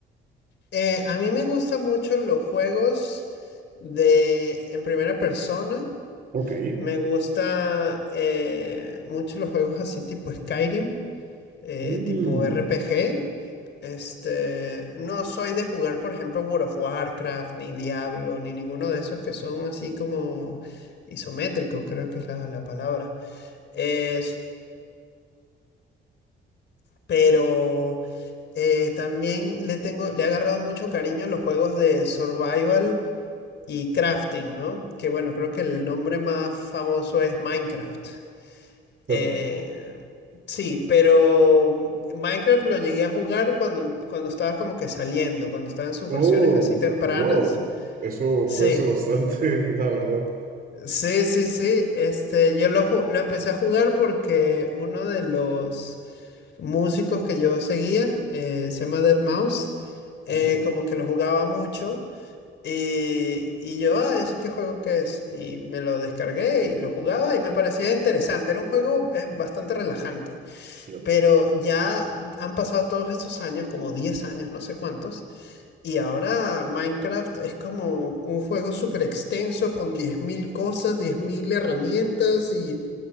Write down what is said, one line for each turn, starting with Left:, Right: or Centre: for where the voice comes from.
Left: eh, a mí me gustan mucho los juegos de en primera persona.
Right: Ok.
Left: Me gusta eh, mucho los juegos así tipo Skyrim. eh,
Right: Mm,
Left: tipo RPG. Este, no soy de jugar, por ejemplo, World of Warcraft, ni Diablo, ni ninguno de esos que son así como isométricos, creo que es la, la palabra. Es- pero eh, también le tengo, le he agarrado mucho cariño a los juegos de survival y crafting, ¿no? Que bueno, creo que el nombre más famoso es Minecraft.
Right: pero-
Left: Eh, sí, pero mm, Minecraft lo llegué a jugar cuando, cuando estaba como que saliendo, cuando estaba en sus
Right: oh,
Left: versiones así tempranas.
Right: wow. Eso
Left: Sí,
Right: fue hace bastante, <laughs> la verdad.
Left: sí, sí, sí. Este, yo lo, ju- lo empecé a jugar porque uno de los músicos que yo seguía, eh, se llama deadmau5, eh,
Right: Ajá.
Left: como que lo jugaba mucho. Y, y yo, ah, ¿ese qué juego que es? Y me lo descargué y lo jugaba y me parecía interesante. Era un juego eh, bastante relajante.
Right: Claro,
Left: Pero ya han pasado todos estos años, como 10 años, no sé cuántos, y ahora Minecraft es como un juego súper extenso con 10.000 cosas, 10.000 herramientas y